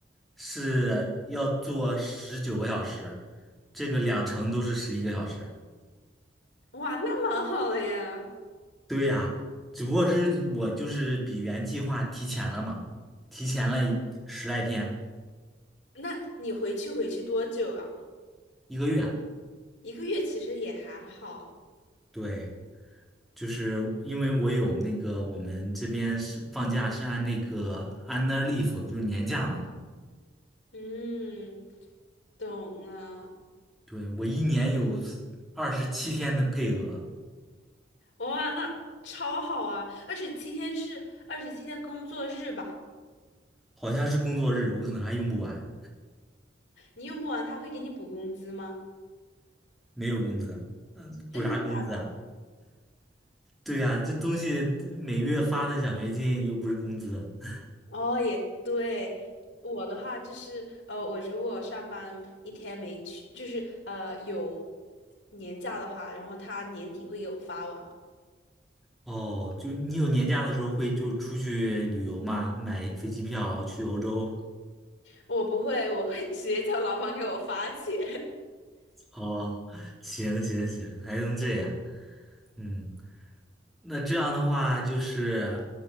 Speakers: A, in the centre; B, on the left.
A: 是要坐十九个小时，这个两程都是十一个小时。
B: 哇，那蛮好的呀。
A: 对呀，只不过是我就是比原计划提前了嘛，提前了一十来天，
B: 那你回去回去多久啊？
A: 一个月啊。
B: 一个月其实也还好。
A: 对，就是因为我有那个我们这边是放假是按那个 annual leave，就是年假嘛。
B: 嗯，懂了。
A: 对，我一年有二十七天的配额，
B: 哇，那超好啊！二十七天是二十七天工作日吧？
A: 好像是工作日，我可能还用不完，
B: 你用不完他会给你补工资吗？
A: 没有工资，嗯，
B: 真的假的？
A: 补啥工资啊？对呀、这东西这每月发的奖学金又不是工资。<laughs>
B: 哦，也对。我的话就是，呃，我如果上班一天没去，就是呃有年假的话，然后他年底会给我发完啊
A: 哦，就你有年假的时候会就出去旅游吗？买飞机票去欧洲？
B: 我不会，我会 <laughs> 直接叫老板给我发钱。
A: 哦，<laughs> 行行行，还能这样，嗯。那这样的话就是，